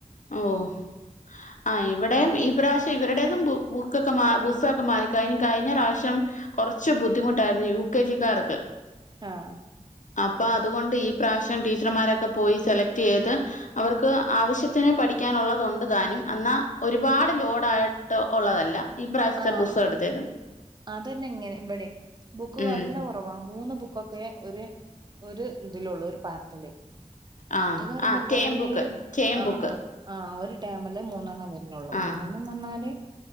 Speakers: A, on the left; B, on the right.
A: ഓഹ് ആഹ് ഇവിടെയും ഈ പ്രാവശ്യം ഇവരുടേതും ബു ബുക്കൊക്കെ മാ പുസ്തകൊക്കെ മാറി കഴി കഴിഞ്ഞ പ്രാവശ്യം കൊറച്ചു ബുദ്ധിമുട്ടായിരുന്നു യു കെ ജി ക്കാർക്ക്
B: ആഹ്
A: അപ്പൊ അതുകൊണ്ട് ഈ പ്രാവശ്യം ടീച്ചർമാരൊക്കെ പോയി സെലക്ട് ചെയ്ത് അവർക്ക് ആവശ്യ ത്തിന് പഠിക്കാനുള്ളതൊണ്ട് താനും എന്നാ ഒരുപാട് ലോഡായിട്ട് ഒള്ളതല്ല ഈ പ്രാവശ്യത്തെ
B: ആഹ്
A: പുസ്തകം എടുത്തേനു
B: അതന്നെ ഇങ്ങനെ ഇവിടേം ബുക്ക്
A: ഉം
B: നല്ല കൊറവാ മൂന്ന് ബുക്കൊ ക്കെ ഒരു ഒരു ഇതിലുള്ളൂ ഒരു പാർട്ടില് മറ്റേന്ന്
A: ആ
B: പറയുമ്പോ
A: ആ
B: കൊറേ
A: ടേം ബുക്ക് ടേം
B: ആ
A: ബുക്ക്
B: ആ ആഹ് ഒരു ടേമില് മൂന്നെണ്ണം വരണേള്ളൂ
A: ആ
B: മൂന്നെണ്ണം മൂന്നെണ്ണായില്